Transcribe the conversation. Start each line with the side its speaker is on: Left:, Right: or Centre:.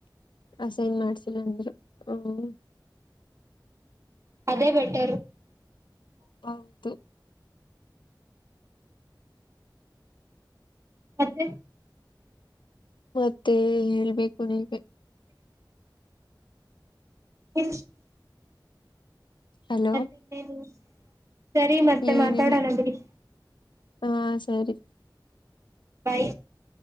Left: ಅಸೈನ್ ಮಾಡ್ಸಿಲ್ಲ ಅಂದ್ರರು ಹ
Right: ಅದೇ ಬೆಟ್ಟರು
Left: ಹೌದು
Right: ಮತ್ತೆ
Left: ಮತ್ತೆ ಹೇಳ್ಬೇಕು ನೀವ
Right: ಹು
Left: ಹಲೋ
Right: ಮತ್ತೆಟೇದು ಸರಿ ಮತ್ತೆ
Left: ಏನಿಲ್ಲ
Right: ಮಾತಾಡೋಣ ಬಿಡಿ
Left: ಹಾ ಸರಿ
Right: ಬೈ